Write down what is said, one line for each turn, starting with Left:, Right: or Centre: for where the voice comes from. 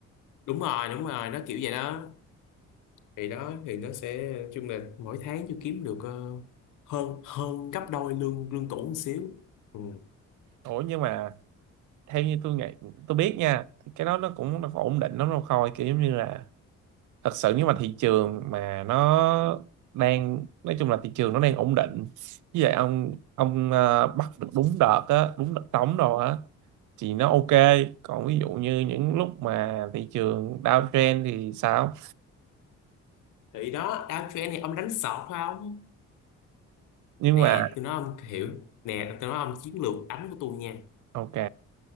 Left: đúng rồi đúng rồi nó kiểu vậy đó thì đó thì nó sẽ chung là mỗi tháng tôi kiếm được ờ, hơn hơn gấp đôi lương lương cũ một xíu ừ.
Right: ủa nhưng mà theo như tôi nghĩ tôi biết nha thì cái đó nó cũng nó có ổn định lắm đâu Khôi kiểu giống như là thật sự nếu mà thị trường mà nó đang nói chung là thị trường nó đang ổn định như vậy ông ông ờ, bắt được đúng đợt á đúng đợt trống rồi á thì nó ok còn ví dụ như những lúc mà thị trường downtrend thì sao
Left: thì đó downtrend này ông đánh sọt phải không
Right: nhưng
Left: nè
Right: mà
Left: tôi nói ông hiểu nè tôi nói ông chiến lược đánh của tôi nha
Right: ok